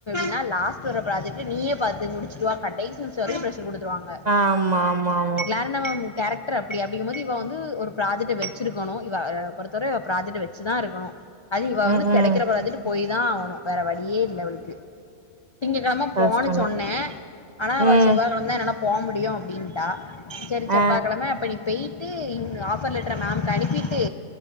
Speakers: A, on the left (about 35°); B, on the right (about 40°).
A: என்ன லாஸ்ட் வர ப்ராஜெக்ட்ல நீயே பாத்து முடிச்சிட்டு வா கடைசி நிமிஷம் வரைக்கும் ப்ரெஷ் எடுத்து குடுத்துருவாங்க
B: ஆமா ஆமா ஆமா
A: க்ளரண்டா மேம் கேரக் டர் அப்படி அப்படிங்குபோது இவா வந்து ஒரு ப்ராஜெக்ட வச்சிருக்கணும் இவ பொறுத்தவரை ப்ராஜெக்ட வச்சுதான் இருக்கனு அது இவா
B: ம்
A: வந்து கிடைக்கிற
B: ம்
A: ப்ராஜெக்ட் போய் தா ஆகணு வேற வழியே இல்ல அவளுக்கு திங்க கிழம போன்னு
B: கஷ்டந்தா
A: சொன்ன ஆனா அவ
B: ம்
A: செவ்வாய்கிழம தா என்னால போக முடியும் அப்படின்ட்டா சேரி
B: ஆ
A: செவ்வா கிழம அப்ப நீ போயிட்டு ஆஃபர் லெட்ர மேம்க்கு அனுப்பிட்டு